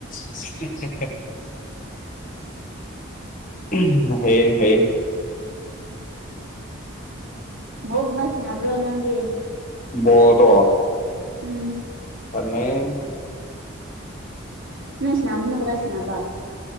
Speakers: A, on the left (about 40°); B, on the right (about 60°).
A: <inaudible> ꯑꯝ ꯍꯩꯌꯦ ꯍꯩꯌꯦ
B: ꯄꯣꯜꯒꯨꯝꯕ ꯁꯥꯟꯅꯕ꯭ꯔꯣ ꯅꯪꯗꯤ
A: ꯕꯣꯜꯗꯣ
B: ꯎꯝ
A: ꯁꯥꯟꯅꯩ
B: ꯅꯪ ꯁꯅꯥꯕꯅ ꯀꯗꯥꯏ ꯁꯥꯅꯕ